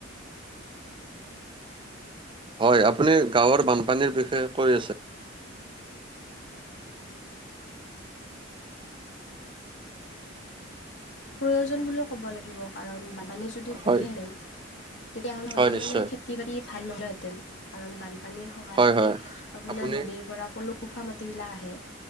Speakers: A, on the right; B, on the left.
A: হয়, আপুনি গাঁৱৰ বানপানীৰ বিষয়ে কৈ আছে।
B: প্ৰয়োজন বুলিও ক'ব লাগিব। কাৰণ বানপানী যদি হ'লেহেঁতেন,
A: হয়
B: তেতিয়াহ'লে হয়তো
A: হয় নিশ্চয়
B: মানে খেতি বাতি ভাল নহলেহেঁতেন। কাৰণ বানপানীৰ সহায়তে
A: হয় হয়
B: আপোনাৰ
A: আপুনি
B: নদীৰ পৰা বোকা মাতি বিলাক আহে।